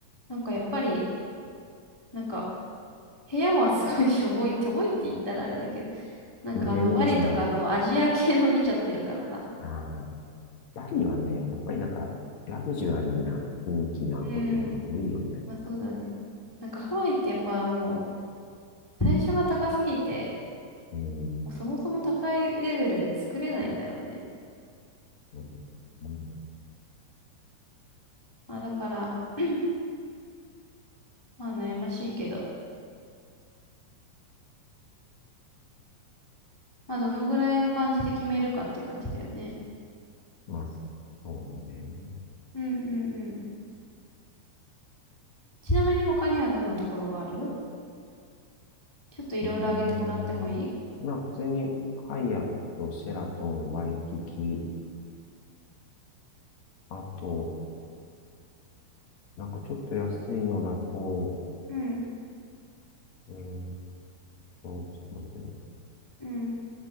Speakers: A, on the left (about 15°); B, on the left (about 55°).
A: なんかやっぱり、なんか部屋はすごい <laughs> しょぼい、<laughs> しょぼいって言ったらあれだけど、なんかあのバリとかそうアジア系の見ちゃってるからさ。
B: まあ、芸能人が、ああ、バリはね、やっぱりなんか、ラグジュアリーな雰囲気なホテルは多いよね。
A: うん。まあそうだね。なんかハワイってやっぱもう最初が高すぎて、
B: うん。
A: もうそもそも高いレベルで作れないんだろうね。
B: そうだと思う
A: まあだから、<clears throat> まあ悩ましいけど、まあどのぐらいの感じで決めるかって感じだよね。
B: まあ、そうね。
A: うんうんうん。ちなみに他にはどんなところがあるちょっといろいろ挙げてもらってもいい
B: うーん。まあ、普通に、ハイアット、シェラトン、ワイキキ、あと、なんかちょっと安いのだと、
A: うん
B: えーっと、ちょっと待って
A: うん